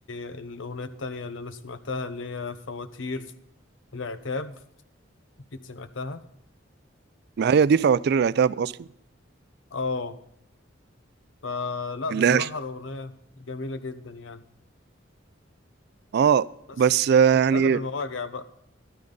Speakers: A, on the left; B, on the right.
A: الأغنية التانية اللي أنا سمعتها اللي هي فواتير العتاب أكيد سمعتها
B: ما هي دي فواتير العتاب أصلا
A: اه فلا بصراحة
B: اللي هي-
A: الأغنية جميلة جدا يعني
B: اه
A: بس
B: بس آه،
A: بتقلب
B: يعني
A: المواجع بقى